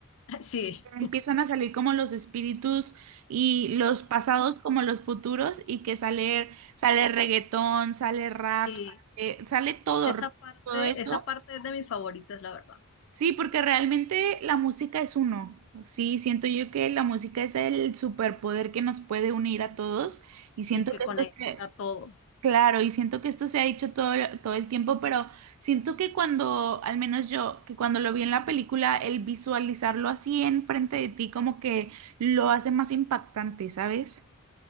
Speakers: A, on the left (about 60°); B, on the right (about 80°).
A: <laughs> Sí.
B: empiezan a salir como los espíritus y los pasados como los futuros y que sale, sale reggaetón, sale rap,
A: Sí.
B: sale, sale todo,
A: Esa parte,
B: todo eso.
A: esa parte es de mis favoritas, la verdad,
B: Sí, porque realmente la música es uno. Sí, siento yo que la música es el superpoder que nos puede unir a todos y siento
A: y que
B: que
A: conecta
B: esto se,
A: todo.
B: claro, y siento que esto se ha hecho todo, todo el tiempo, pero siento que cuando, al menos yo, que cuando lo vi en la película, el visualizarlo así enfrente de ti como que lo hace más impactante, ¿sabes?